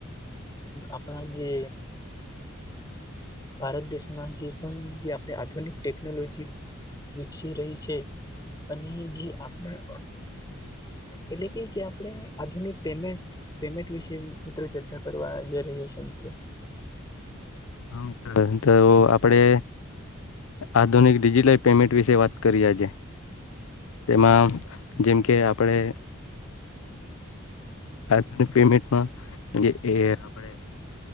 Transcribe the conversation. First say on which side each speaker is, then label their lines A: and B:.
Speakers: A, on the left (about 15°); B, on the left (about 75°).
A: આપણા જે ભારત દેશમાં જે પણ જે આપણે આધુનિક ટેકનોલોજી વિકસી રહી છે અને જે આપણેલ એટલે કે જે આપણે આધુનિક પેમેન્ટ પેમેન્ટ વિશે મિત્રો ચર્ચા કરવા જઈ રહ્યા છે મિત્ર
B: હા મિત્રો તો આપડે આધુનિક ડિજિટલ પેમેન્ટ વિશે વાત કરી આજે તેમાં જેમ કે આપણે આધુનિક પેમેન્ટમાં એ આપણે